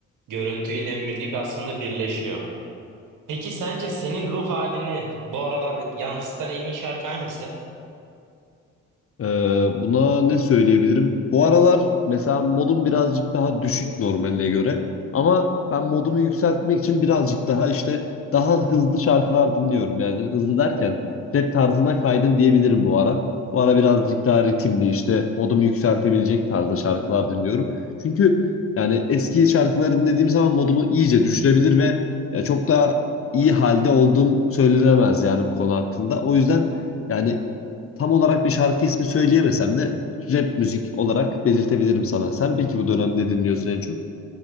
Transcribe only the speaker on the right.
Görüntüyle müzik aslında birleşiyor. Peki sence senin ruh halini bu aralar yansıtan en iyi şarkı hangisi?